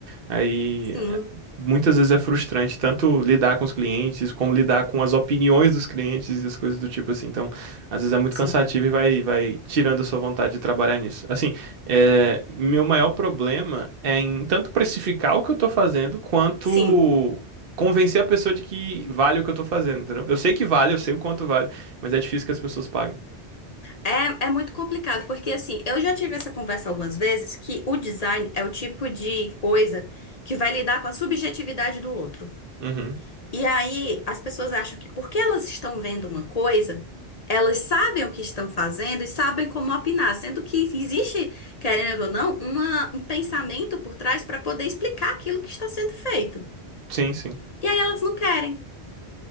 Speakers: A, on the right (about 60°); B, on the left (about 45°).
A: Aí
B: Sim,
A: é, muitas vezes é frustrante tanto lidar com os clientes, como lidar com as opiniões dos clientes e as coisas do tipo assim. Então, às vezes é muito
B: sim,
A: cansativo e vai, vai tirando a sua vontade de trabalhar nisso. Assim, é, meu maior problema é em tanto precificar o que eu tô fazendo, quanto
B: sim.
A: convencer a pessoa de que vale o que eu tô fazendo, entendeu? Eu sei que vale, eu sei o quanto vale, mas é difícil que as pessoas paguem.
B: É, é muito complicado, porque assim, eu já tive essa conversa algumas vezes que o design é o tipo de coisa que vai lidar com a subjetividade do outro.
A: Uhum.
B: E aí, as pessoas acham que porque elas estão vendo uma coisa, elas sabem o que estão fazendo e sabem como opinar, sendo que existe, querendo ou não, uma- um pensamento por trás para poder explicar aquilo que está sendo feito.
A: Sim, sim.
B: E aí elas não querem,